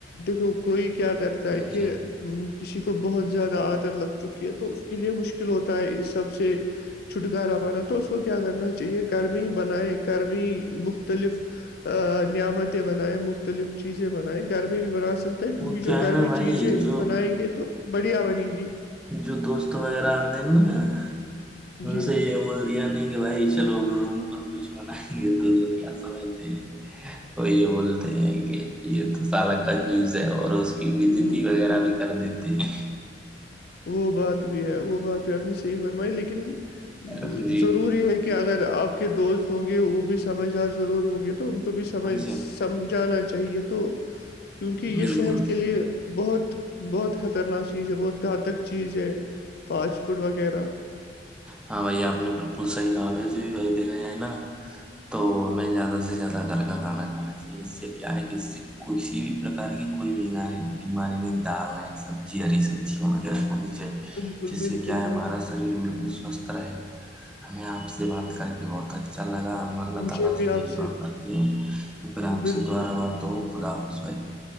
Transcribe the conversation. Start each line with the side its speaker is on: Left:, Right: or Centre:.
Left: دیکھو کوئی کیا کرتا ہے کہ
Centre: جی
Left: ا کسی کو بہت زیادہ عادت لگ چکی ہے تو اس کے لیے مشکل ہوتا ہے اس سب سے چھٹکارا پانا تو اس کو کیا کرنا چاہیے گرمی بائ گرمی مختلف نعمتیں بنیں مختلف چیزیں بنیں گھر میں بھی بنا سکتا ہے کیونکہ
Centre: وہ
Left: جو
Centre: کیا
Left: گھر
Centre: ہے نا
Left: میں
Centre: بھائی
Left: چیزیں
Centre: جو
Left: بنائیں گے تو بڑھیا بنے گی
Centre: جو دوست وغیرہ آتے ہیں نا ان
Left: جی
Centre: سے یہ بول دیا نہیں کہ بھائی چلو ہم روم پر کچھ بنائیں گے تو کیا سا رہتے وہ یہ بولتے ہیں کہ یہ تو سالا کنجوس ہے اور اس بجتی
Left: ہوں ہوں
Centre: وغیرہ
Left: ہوں
Centre: بھی کر دیتے ہیں
Left: وہ بات بھی ہے وہ بات بھی آپ نے صحیح فرمائی لیکن
Centre: ہیں جی
Left: ضروری ہے کہ کہ اگر آپ کے دوست ہوں گے وہ بھی سمجھدار ضرور ہوں گے تو ان کو بھی سمجھ
Centre: جی
Left: سمجھانا چاہیے تو کیونکہ یہ
Centre: بالکل
Left: صحت کے لیے بہت بہت خطرناک چیز ہے بہت گھاتک چیز ہے فاسٹ فوڈ وغیرہ
Centre: ہاں بھائی آپ نے بالکل صحیح کہا ویسے بھی بھائی دھا جائے نا تو ہمیں زیادہ سے زیادہ گھر کا گانا گانا چاہیے اس سے کیا ہے کہ اس سے کسی بھی پرک کی کوئی بیاری بیماری میں ڈال سبزی ہری سبزیاں
Left: ب-
Centre: وغیرہ کھانی چاہیے
Left: بالکل
Centre: جس
Left: بالکل
Centre: سے کیا
Left: بھائی
Centre: ہے ہمارا شریر سوستھ رہے گا ہمیں آپ سے بات کر کے بہت اچھا لگا اللہ
Left: مجھے
Centre: تعالی
Left: بھی
Centre: سے
Left: آپ
Centre: یہی داتی ہیں کی پھر آپ
Left: بالکل
Centre: سے دواراا ہو خ آپ بائی